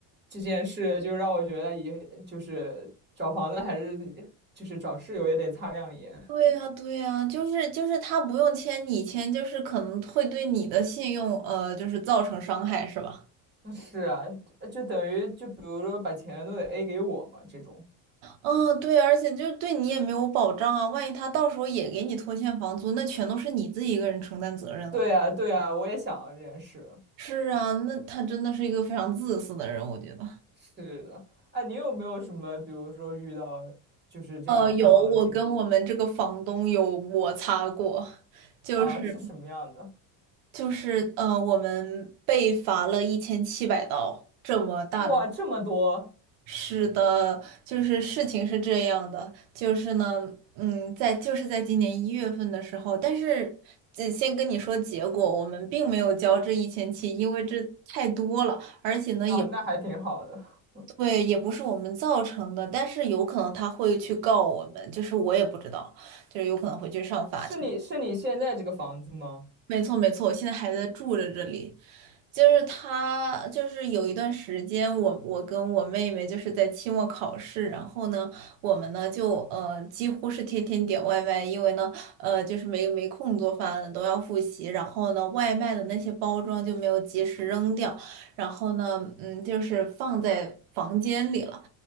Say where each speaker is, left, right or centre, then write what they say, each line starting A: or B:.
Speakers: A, on the right; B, on the right.
A: 这件事就让我觉得也，就是找房子还是就是找室友也得擦亮眼。
B: 对呀，
A: <laughs>
B: 对呀，就是就是他不用签，你签就是可能会对你的信用呃就是造成伤害是吧？
A: 嗯是啊，就等于就比如说把钱都得 A 给我嘛，这种。
B: 嗯，对，而且就对你也没有保障啊，万一他到时候也给你拖欠房租，那全都是你自己一个人承担责任了。
A: 对呀，对呀，我也想到这件事。
B: 是啊，那他真的是一个非常自私的人，我觉得。
A: 是的，哎，你有没有什么，比如说遇到就是这样不太好的经历
B: 呃，有，我跟我们这个房东有摩擦过，就是
A: 啊？是什么样的？
B: 就是呃，我们被罚了一千七百刀，这么大的。
A: 哇，这么多
B: 是的，就是事情是这样的，就是呢，嗯，在就是在今年一月份的时候，但是只先跟你说结果，我们并没有交这一千七，因为这太多了，而且呢也。
A: 啊，那还挺好的。<laughs>
B: 对，也不是我们造成的，但是有可能他会去告我们，就是我也不知道，就是有可能会去上法庭。
A: 是你是你现在这个房子吗？
B: 没错，没错，我现在还在住着这里，就是他，就是有一段时间我，我跟我妹妹就是在期末考试，然后呢，我们呢就呃几乎是天天点外卖，因为呢呃就是没没空做饭了，都要复习，然后呢外卖的那些包装就没有及时扔掉，然后呢嗯就是放在房间里了。